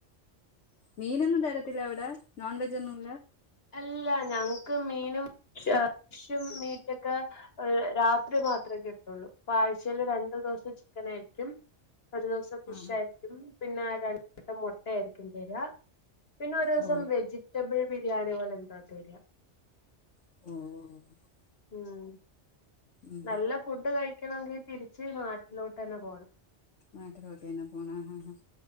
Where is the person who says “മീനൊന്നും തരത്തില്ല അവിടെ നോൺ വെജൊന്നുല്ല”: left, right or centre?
Left